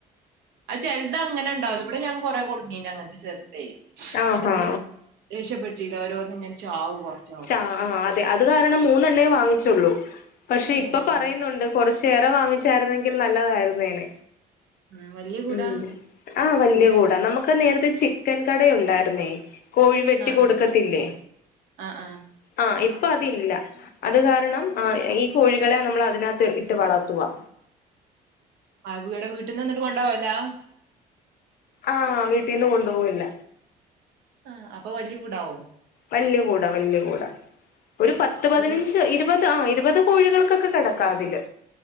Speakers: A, on the right (about 80°); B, on the left (about 60°).
A: അത് ചെൽതങ്ങനെണ്ടാവും വടെ ഞാൻ കെറേ കൊട്ന്നീനങ്ങൻത്തെ ചെർതേ
B: ആഹാ
A: അത് രക്ഷപ്പെട്ട് ഇതോരോന്ന് ഇങ്ങനെ ചാവും കൊറച്ചാവുമ്പോ
B: ചാ ആ അ തെ അത് കാരണം മൂന്നണ്ണേ വാങ്ങിച്ചുള്ളൂ പക്ഷെ ഇപ്പൊ
A: ആഹ്
B: പറയുന്നുണ്ട് കൊറച്ച് കേര വാങ്ങിച്ചായിരുന്നെങ്കിൽ നല്ലതായിരുന്നേനേ
A: ഉം വല്യ കൂടാ
B: ഉം ആ വല്യ
A: കൂട്
B: കൂടാ നമുക്ക് നേര ചിക്കൻ കട ഒണ്ടാരുന്നേ കോഴി വെട്ടി
A: ആഹ്
B: കൊടുക്കത്തില്ലേ.
A: ആഹ് ആഹ് ആഹ്
B: ആ ഇപ്പൊ അതില്ല. അത് കാരണം ആ ഈ കോഴികളെ നമ്മൾ അതിനകത്ത് ഇട്ട് വളർത്തുവാ.
A: ആഗുവട വീട്ടിന്ന് വന്ന്ട്ട് കൊണ്ടോവലാ.
B: ആ വീട്ടിന്ന് കൊണ്ടുപോവൽല്ല.
A: ആ അപ്പൊ വലിയ കൂടാവും.
B: വല്ല്യ കൂടാ വല്ല്യ കൂടാ ഒരു പത്ത് പതിനഞ്ച്
A: വീ-
B: ഇരുപത് ആ യി രുപത് കോഴികൾക്കൊക്കെ കെടക്കാ അതില്.